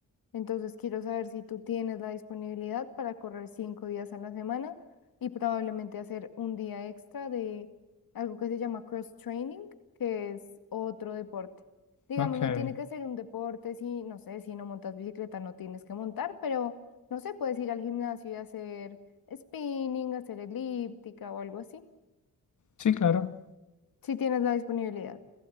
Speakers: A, on the left (about 75°); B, on the left (about 55°).
A: Entonces quiero saber si tú tienes la disponibilidad para correr cinco días a la semana y probablemente hacer un día extra de algo que se llama cross training, que es otro deporte. Digamos,
B: Ok.
A: no tiene que ser un deporte si, no sé, si no montas bicicleta, no tienes que montar, pero no sé, puedes ir al gimnasio y hacer spinning, hacer elíptica o algo así,
B: Sí, claro.
A: si tienes la disponibilidad.